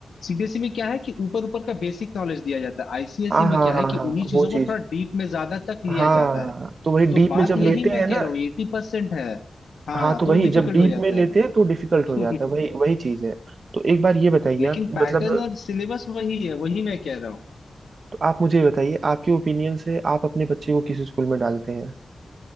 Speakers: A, on the left (about 80°); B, on the right (about 55°).
A: सीबीएसई में क्या है कि ऊपर ऊपर का बेसिक नॉलेज दिया जाता है आईसीएसई
B: हाँ
A: में
B: हाँ
A: क्या
B: हाँ
A: है कि
B: हाँ
A: उन्हीं चीजों
B: वो
A: को
B: चीज
A: थोड़ा डीप में ज्यादा तक लिया
B: हाँ
A: जाता है
B: तो वही
A: तो
B: डीप
A: बात
B: में जब
A: यही
B: लेते
A: मैं
B: हैं ना
A: कह रहा हूँ एटी परसेंट है हाँ
B: हाँ तो वही
A: तो डिफिकल्ट
B: जब डीप
A: हो जाता
B: में लेते
A: है <laughs>
B: हैं तो डिफिकल्ट हो जाता है वही वही चीज है तो एक बार ये बताइए
A: लेकिन
B: आप
A: पैटर्न
B: मतलब
A: और सिलेबस वही है वही मैं कह रहा हूँ
B: तो आप मुझे ये बताइए आपके ओपिनियन से आप अपने बच्चे को किस स्कूल में डालते हैं